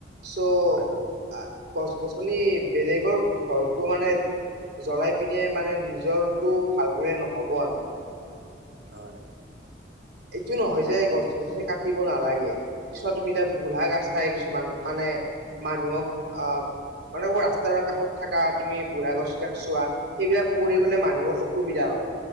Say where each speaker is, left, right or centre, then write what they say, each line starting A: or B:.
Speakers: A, on the right; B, on the right.
A: চ
B: হয় হয়।
A: আ গছ-গছনি বেলেগৰ ঘৰটো মানে জ্বলাই পিনে মানে নিজৰ টো ভাল কৰিলে নহ'ব আমি।
B: হয়।
A: এইটো নহয় যে গছ গছনি কাটিব নালাগে। পিছোৱা তুমি এয়া বুঢ়া কাছিই কিছুমান মানে মানুহক আহ- মানে ৰাস্তাৰ কাষত থাকা তুমি বুঢ়া গছ বিলাক চোৱা। সেইবিলাক পৰি
B: হয়
A: গলে মানুহৰ অসুবিধা হয়